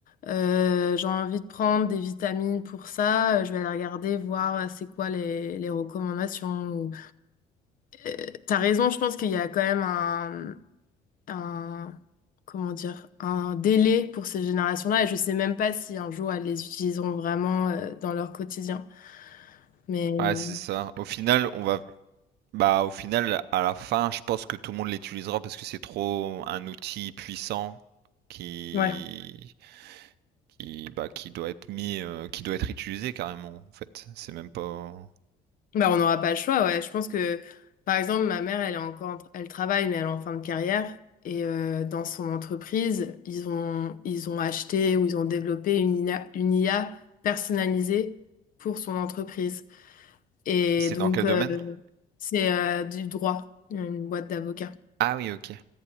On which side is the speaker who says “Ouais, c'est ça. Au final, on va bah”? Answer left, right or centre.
Right